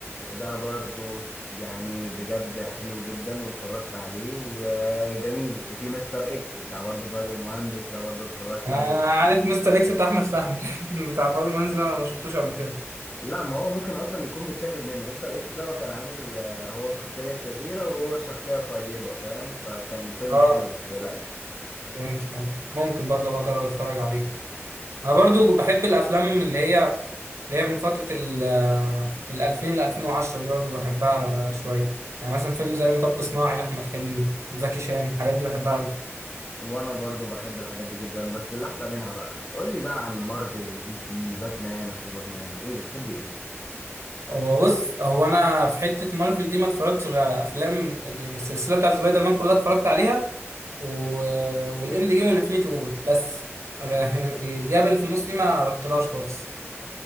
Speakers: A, on the left; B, on the right.
A: ده برضو س- يعني بجد حلو جدا واتفرجت عليه وجميل وفي مستر اكس بتاع برضو فهد المهندس ده برضو اتفرجت
B: انا
A: عليه
B: عارف مستر اكس بتاع احمد فهمي <laughs> لكن بتاع فاضل منزل أنا ما شفتوش قبل كده
A: لا ما هو ممكن اصلا يكون متاخد منه مستر اكس ده هو كان عامل آه، هو شخصية شريرة وهو الشخصية الطيبة فاهم فكان فيلم
B: اه
A: حلو ما تقلقش
B: فهمت فهمت ممكن برضه بقى اجرب اتفرج عليه انا برضو بحب الافلام اللي هي اللي هي من فتره ال ال 2000 ل 2010 دي برضو بحبها شويه يعني مثلا فيلم زي مطب صناعي لاحمد حلمي زكي شان الحاجات دي بحبها قوي
A: وانا برضو بحب الحاجات دي جدا بس اللي احلى منها بقى قول لي بقى عن مارفل ودي سي باتمان وسوبرمان ايه بتحب ايه
B: هو بص هو انا في حته مارفل دي ما اتفرجتش غير افلام يعني السلسله بتاعت سبايدر مان كلها اتفرجت عليها و... والاند جيم والانفينيتي وور بس <laughs> الجاب اللي في النص دي ما رحتلهاش خالص